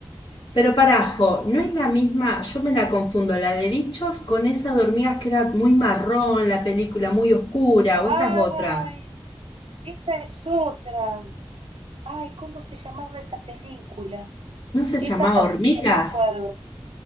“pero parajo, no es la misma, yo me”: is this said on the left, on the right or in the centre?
Left